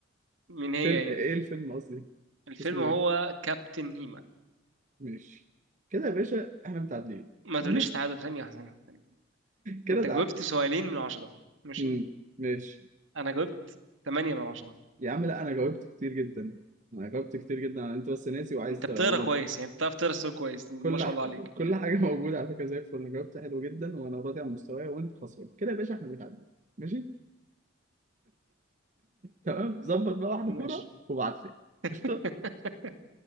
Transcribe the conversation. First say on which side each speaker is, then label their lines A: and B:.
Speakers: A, on the right (about 75°); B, on the right (about 40°).
A: مين
B: فيلم
A: هي ايه
B: ايه الفيلم قصدي؟
A: الفيلم
B: اسمه
A: هو
B: ايه؟
A: كابتن هيما
B: ماشي كده يا باشا احنا متعادلين
A: ما
B: <laughs>
A: تقوليش تعادل ثانية واحدة ثانية واحدة ثانية واحدة.
B: كده
A: أنت
B: تعادل
A: جاوبت سؤالين من عشرة ماشي
B: امم ماشي
A: أنا جاوبت تمانية من عشرة
B: يا عم لا انا جاوبت كتير جدا انا جاوبت كتير جدا انت بس ناسي وعايز
A: أنت
B: تغلط
A: بتقرا كويس يعني بتعرف تقرا السؤال كويس دي ما
B: كل
A: شاء
B: ح...
A: الله عليك
B: كل
A: يعني
B: حاجه <laughs> موجوده على فكره زي الفل أنا جاوبت حلو جدا وانا راضي عن مستواي وانت خسران كده يا باشا احنا متعادلين ماشي تمام ظبط بقى واحده
A: ماشي
B: كوره وابعت لي قشطه
A: <laughs>